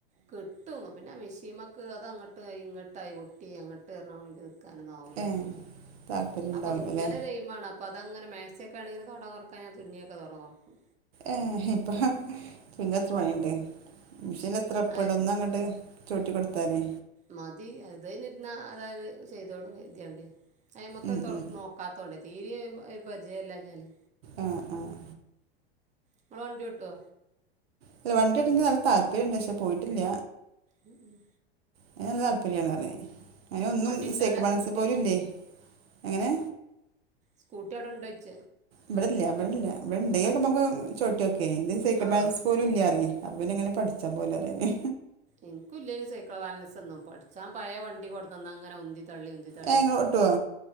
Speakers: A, on the right (about 25°); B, on the right (about 75°).
A: കിട്ടും പിന്നെ മീഷീമക്ക് അത് അങ്ങട്ട് ഇങ്ങട്ടായി പൊട്ടി അങ്ങട്ട് പർണമാരി കാരണം ന്നാവൂല
B: ഏ
A: കര്ത്യാണ്ട്
B: താല്പര്യം ഉണ്ടാവില്ല
A: അപ്പം തുന്നല്
B: അല്ലേ
A: ഒരെയ്മാണ് അ പ്പ അതങ്ങനെ മാക്സിയൊക്കെ ആണെങ്കില് തൊടം കൊറക്കാൻ ഞാൻ തുന്നിയൊക്കെ തൊടം കൊറക്കും.
B: ഏ ഇപ്പ തുന്നാൻ എത്ര പണിണ്ട് മെഷീനെത്ര എള്പ്പണ്ട്
A: അതിൽ
B: ഒന്നങ്ങട്ട്. ചൗട്ടി കൊട്ത്താലെ
A: മതി അതേലിരുന്നാ അതാര് ചെയ്തോളും കര്തിയാണ്ടേ. അയ്മ്മക്ക്
B: ഉം,
A: തൊ
B: ഉം.
A: നോക്കാതോണ്ട് തീരിം ഒര് പരിചയല്ലാഞ്ഞ്യാല്.
B: ആഹ് ആഹ്
A: ഇങ്ങള് വണ്ടി ഓട്ടോ
B: അല്ല വണ്ടി ഓട്ടാൻ ഇൻക്ക് നല്ല താല്പര്യണ്ട്. പക്ഷെ പോയിട്ടില്ല.
A: ഉം ഉം
B: അയ്ന് നല്ല താല്പര്യാണ് പറഞ്ഞിനി അയ്നൊന്നും
A: വണ്ടി ഉണ്ടോ
B: സൈക്കിൾ
A: അവിടെ
B: ബാലൻസ്
A: സ്കൂട്ടിയൊക്കെ
B: പോലുല്ലേ. എങ്ങനെ?
A: സ്കൂട്ടി അടെ ഉണ്ടോയ്ച്ച
B: ഇവെടല്ല ഇവെടല്ല ഇവടെണ്ടേ പ്പംമ്മക്ക് ചൗട്ട്യോക്കേനി ഇതിന് സൈക്കിൾ
A: ആ
B: ബാലൻസ് പോലുല്ലാർഞ്ഞ്. അപ്പ പിന്നെങ്ങനെ പഠിച്ചാ പോലും അറിയാനേ.
A: ഇൻക്കുല്ലേനി സൈക്കിൾ ബാലൻസൊന്നും പഠിച്ചാൻ പയേ വണ്ടി കൊട്ന്നെന്നങ്ങനെ ഉന്തി തള്ളി ഉന്തി തള്ളി
B: ഏ ഇങ്ങളോട്ടോ.